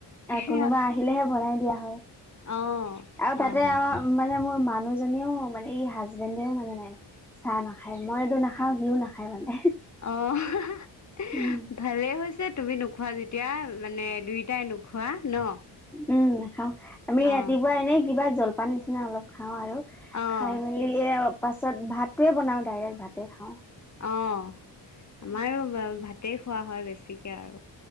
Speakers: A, on the left; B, in the centre.
A: সেয়া
B: কোনোবা আহিলেহে বনাই দিয়া হয়
A: অঁ
B: আৰু
A: হয়
B: তাতে
A: হয়
B: অ' মানে মোৰ মানুহজননেও মানে ই হাজবেণ্ডেও মানে চাহ নাখায় মই এইটো নাখাওঁ সিও নাখায় মানে
A: অ',
B: উম',
A: ভালেই হৈছে তুমি নোখোৱা যেতিয়া মানে দুইোটাই নোখোৱা ন।
B: উম নাখাও আমি
A: অঁ
B: ৰাতিপুৱা এনেই কিবা জলপান নিচিনা অলপ খাওঁ আৰু
A: অঁ
B: খাই মেলি পাছত ভাতোৱে বনাওঁ ডাইৰেক্ট ভাতে খাওঁ।
A: অ' আমাৰো
B: উম
A: ভাতেই খোৱা হয় বেছিকে আৰু